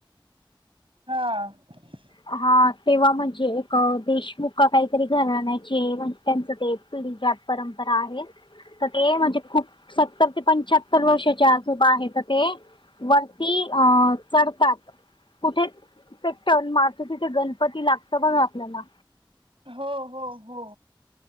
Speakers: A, on the right; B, on the left.
A: हां
B: हां तेंव्हा म्हणजे एक देशमुखं कांहीतरी घरांण आहे जे वकत्यांत ते पुली ज्यां परंपरा आहेत तरं ते म्हणजे खूंप सत्तर ते पंच्याहत्तर वर्षांच्या आजोबां आहेतं ते वरती चढतांत कुठे कुठे टंण मारता जिथे तिथे गणपती लागतं बघं आपल्यालां
A: हो हो हो